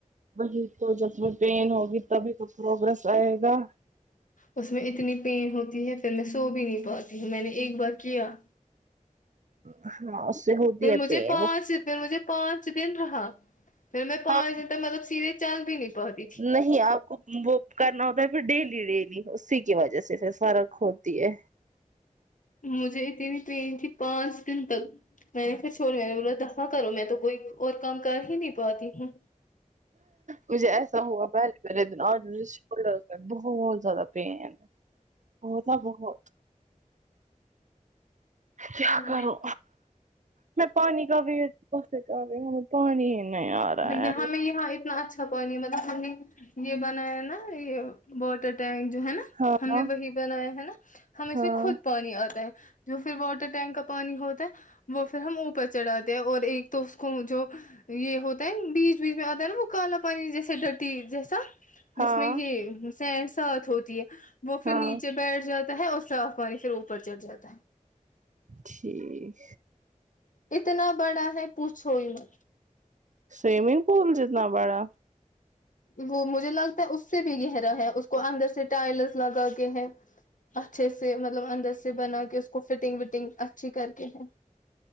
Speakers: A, on the right (about 70°); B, on the left (about 75°).
A: وہی تو جس میں پین ہوگی تبھی تو پروگریس آئے گا
B: اس میں اتنی پین ہوتی ہے پھر میں سو بھی نہیں پاتی ہ میں نے ایک بار کیا
A: ہاں اس سے ہوتی
B: پھر
A: ہے
B: مجھے
A: پین
B: پانچ پھر مجھے پانچ دن رہا پھر میں پانچ
A: ہاں
B: دن تک مطلب سیدھے چل بھی نہیں پاتی تھی
A: نہیں آپ کو وہ کرنا ہوتا ہے پھر ڈیلی ڈیلی اسی کی وجہ سے پھر فرق ہوتی ہے
B: مجھے اتنی پینین تھی پانچ دن تک میں نے پھر چھوڑ میں نے بولا تھا ہاں کرو میں تو کوئی اور کام کر ہی نہیں پاتی ہوں
A: مجھے ایسا ہوا پہلے پہلے دن اور شولڈرز پر بہت زیادہ پین بہت بہت کیا
B: ہاں
A: کرو مے پانی کا ویٹ کررہی ہو پانی ہے نہیں آ رہا
B: یہاں میں یہاں <unintelligible> اچھا پانی مطلب ہم نے یہ بنایا نا یہ واٹر ٹینک جو ہے نا
A: ہاں
B: ہم نے وہی بنایا ہے نا ہم اس
A: ہاں
B: میں خود پانی آتا ہے جو پھر واٹر ٹینک کا پانی ہوتا ہے وہ پھر ہم اوپر چڑھاتے ہیں اور ایک تو اس کو جو یہ ہوتا بیچ بیچ میں آتا ہے نا وہ کالا پانی جیسے ڈٹی جیسا
A: ہاں
B: جس میں یہ سینڈ سات ہوتی ہے وہ پھر
A: ہاں
B: نیچے بیٹھ جاتا ہے اور صاف پانی پھر اوپر چڑھ جاتا ہے
A: ٹھیک
B: اتنا بڑا ہے پوچھو ہی مت
A: سوئمنگ پول جتنا بڑا
B: وہ مجھے لگتا ہے اس سے بھی گہرا ہے اس کو اندر سے ٹائلس لگا کے ہے اچھے سے مطلب اندر سے بنا کے اس کو فٹنگ وٹنگ اچھی کر کے ہیں